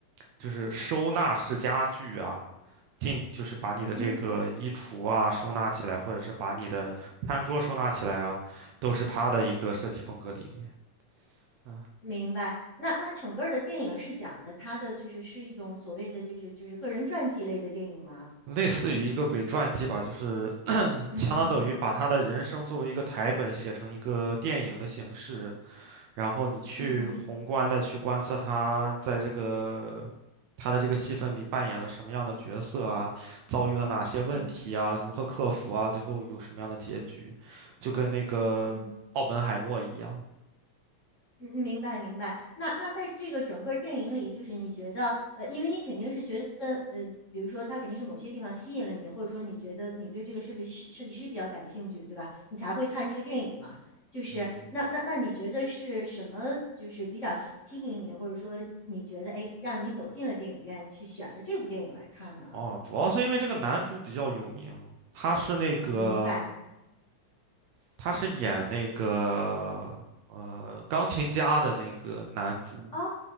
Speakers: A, on the right; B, on the left.
A: 就是收纳式家具啊。进就是把你的这个衣橱啊收纳起来，
B: 嗯哼，
A: 或者是把你的餐桌收纳起来啊，都是它的一个设计风格理念。嗯
B: 明白。那那整个儿的电影是讲的他的就是是一种所谓的就是就是个人传记类的电影吗？
A: 类似于一个伪传记吧，就是
B: 嗯嗯
A: 相当等于把他的人生作为一个台本写成一个电影的形式，然后你去宏观的去观测他在这个
B: 嗯嗯
A: 他的这个戏份里扮演了什么样的角色啊，遭遇了哪些问题啊，
B: 嗯
A: 如何克服啊，最后有什么样的结局，就跟那个奥本海默一样。
B: 嗯。嗯，明白明白。那那在这个整个电影里，就是你觉得，呃，因为你肯定是觉得，呃，比如说他肯定是某些地方吸引了你，或者说你觉得你对这个设计师设计师比较感兴趣，对吧？你才会看这个电影嘛。就是那那那你觉得是什么，
A: 嗯，
B: 就是比较吸引你，或者说你觉得，哎，让你走进了电影院去选了这部电影来看呢？
A: 哦，主要是因为这个男主比较有名，他是那个。
B: 明白。
A: 他是演那个呃钢琴家的那个男主，
B: 哦